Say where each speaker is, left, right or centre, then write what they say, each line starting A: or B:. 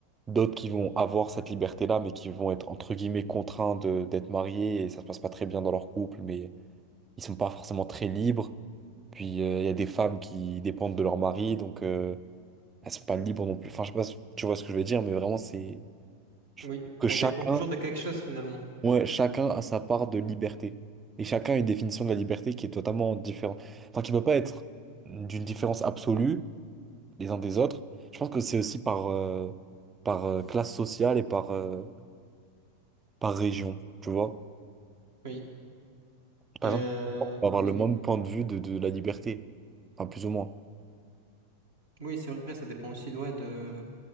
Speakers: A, on the right (about 20°); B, on the right (about 65°).
A: D'autres qui vont avoir cette liberté-là, mais qui vont être, entre guillemets, contraints de, d'être mariés, et ça se passe pas très bien dans leur couple, mais ils sont pas forcément très libres. Puis euh, il y a des femmes qui dépendent de leur mari, donc... euh, elles sont pas libres non plus. Enfin, je sais pas si tu vois ce que je veux dire, mais vraiment, c'est je
B: Oui,
A: trouve que
B: on
A: chacun,
B: dépend toujours de quelque chose finalement.
A: ouais, chacun a sa part de liberté. Et chacun a une définition de la liberté qui est totalement différente. Enfin, qui peut pas être d'une différence absolue les uns des autres. Je pense que c'est aussi par, euh, par euh, classe sociale et par, euh, par région, tu vois.
B: Oui,
A: Par
B: Et, euh,
A: exemple, on va avoir
B: mais
A: le même point de vue de, de la liberté. Enfin, plus ou moins.
B: oui, c'est vrai, ça dépend aussi ouais, de